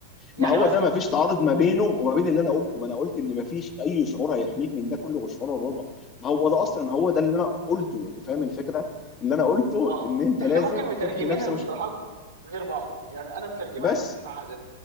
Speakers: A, on the right; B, on the left.
A: يعني
B: ما هو
A: مثلا
B: ده ما فيش
A: مثلا
B: تعارض ما بينه وما بين اللي انا قلته ما انا قلت ان ما فيش اي شعور هيحميك من ده كله غير شعور الرضا ما هو ده اصلا هو ده اللي انا قلته يعني فاهم الفكره اللي انا قلته
A: اه
B: ان انت
A: احنا
B: لازم
A: ممكن مترجمين
B: تحمي نفسك
A: المصطلحات
B: وش...
A: غير بعض يعني انا مترجمها
B: بس
A: ان دي سعاده